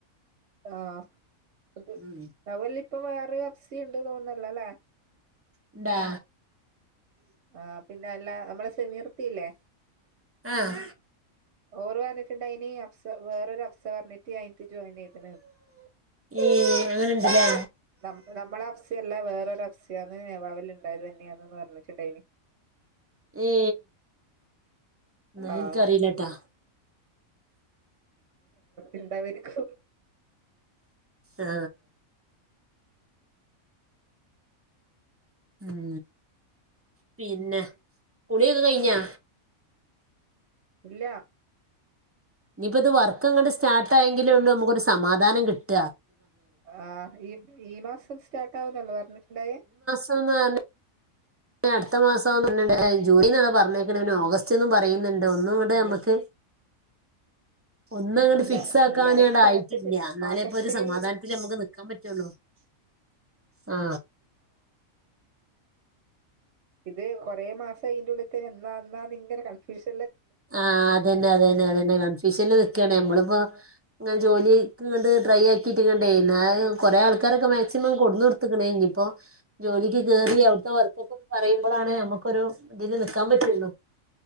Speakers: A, on the right; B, on the right.
A: ആ അത്
B: ഉം
A: അതല്ല ഇപ്പ വേറേ വെബ്സി ഇണ്ട് തോന്നല്ലോല്ലേ
B: ഉണ്ടാ
A: ആ പിന്നെ അല്ല നമ്മള് സമീറുപ്പില്ലേ
B: ആഹ്
A: ഓര് പറഞ്ഞിട്ടുണ്ടായിനി അബ്സ വേറൊരു അബ്സ <unintelligible> ജോയിൻ ചെയ്ത്ണ്
B: ഏ അങ്ങനെ ഇണ്ട്ല്ലേ
A: നമ്മള് നമ്മളെ അബ്സെ അല്ല വേറൊരു അഫ്സിയാന്ന് നേവാവിൽ ഉണ്ടായത് തന്നെയാണെന്ന് പറഞ്ഞിട്ടുണ്ടായിനി
B: ഏ ന്ന
A: ആഹ്
B: എനിക്കറിയില്ലട്ടൊ
A: ഇണ്ടാവരിക്കും
B: ആ ഉം പിന്നെ കുളിയൊക്കെ കഴിഞ്ഞാ?
A: ഇല്ല
B: ഇനിയിപ്പോ ഇത് വർക്ക്ങ്ങട്ട് സ്റ്റാർട്ട് ആയെങ്കിലെ ഉള്ളൂ നമുക്ക് ഒരു സമാധാനം കിട്ട
A: ആ ഈ ഈ മാസം സ്റ്റാർട്ട് ആവുന്നല്ലേ പറഞ്ഞിട്ടുണ്ടായേ
B: <unintelligible> അടുത്ത മാസം ജൂലന്ന് പറഞ്ഞേക്കണ പിന്നെ ഓഗസ്റ്റ്ന്നും പറയുന്നുണ്ട് ഒന്നും ഇങ്ങട്
A: അല്ല
B: നമ്മക്ക് ഒന്നും അങ്ങട്
A: അല്ല
B: ഫിക്സ് ആക്കാനണ്
A: ജൂലൈ സ്റ്റാർട്ട്
B: ആയിട്ടില്ല എന്നാലേ
A: ആഗസ്റ്റില്
B: ഇപ്പൊ ഒരു സമാധാനത്തിൽ നമുക്ക് നിക്കാൻ പറ്റുള്ളൂ
A: ശബ്ദം ക്ലിയർ അല്ല
B: ആ
A: ഇത് കൊറേ മാസം അയിന്റെ ഉള്ളിക്ക് എന്നാ എന്നാ നിങ്ങനെ കൺഫ്യൂഷൻ
B: ആഹ് അതന്നെ അതന്നെ അതന്നെ കൺഫ്യൂഷനിൽകുകയാണ് നമ്മളിപ്പോ ജോലിക്ക് ട്രൈ ആക്കി <unintelligible> കൊറേ ആൾക്കാരൊക്കെ മാക്സിമം കൊടുന്ന് കൊടുത്തക്ക് ണ ഇനി ഇപ്പോ ജോലിക്ക് കേറി <unintelligible> വർക്കൊക്കെ പറയുമ്പളാണ് നമുക്കൊരു ഇതില് നിക്കാൻ പറ്റുള്ളൂ